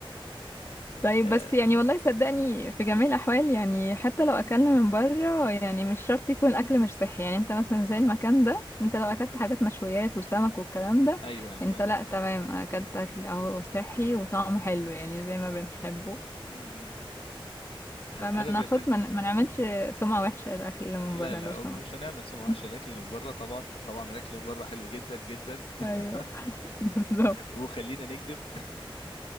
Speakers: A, on the left (about 25°); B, on the left (about 70°).
A: طيب
B: آه،
A: بس يعني والله صدقني في جميع الأحوال يعني حتى لو أكلنا من بره يعني مش شرط يكون الأكل مش صحي يعني انت مثلا زي المكان ده انت لو أكلت حاجات مشويات وسمك والكلام ده
B: ايوه انا
A: انت
B: فاهم
A: لأ تمام أكلت أكل أهو صحي وطعمه حلو يعني زي ما بنحبه
B: أمم.
A: فما
B: انا بالنسبه
A: ناخد ما ما نعملش سمعة وحشة للأكل اللي من
B: لا
A: بره
B: لا
A: لو
B: هو
A: سمحت
B: مش هنعمل سمعة وحشه
A: <laughs>
B: الاكل اللي من بره طبعا طبعا الاكل اللي من بره حلو جدا جدا <laughs>
A: ايوه بالظبط
B: وخلينا نكذب